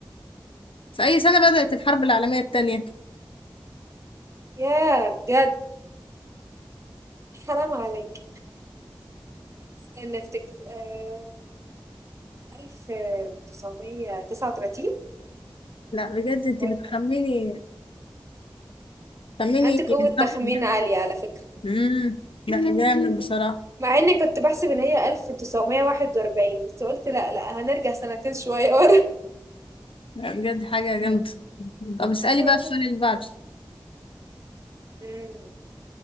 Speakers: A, on the left (about 90°); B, on the right (about 35°).
A: في أي سنة بدأت الحرب العالمية التانية؟
B: ياه! بجد حرام عليكِ. استني أفتكر آآ 1939
A: لا بجد أنت
B: والّا
A: بتخميني خميني
B: عندِك قوة تخمين
A: صح
B: عالية على فكرة،
A: امم لا جامد بصراحة
B: مع إني كنت باحسب إن هي 1941 بس قُلت لأ، لأ، هنرجع سنتين شوية ورا.
A: لا بجد حاجة جامدة طب اسألي
B: <laughs>
A: بقى السؤال اللي بعده
B: إمم،